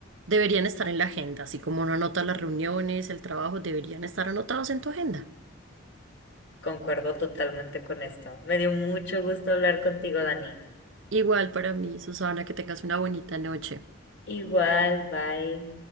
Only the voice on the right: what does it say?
Deberían estar en la agenda, así como uno anota las reuniones, el trabajo, deberían estar anotados en tu agenda.
Igual para mí, Susana, que tengas una bonita noche.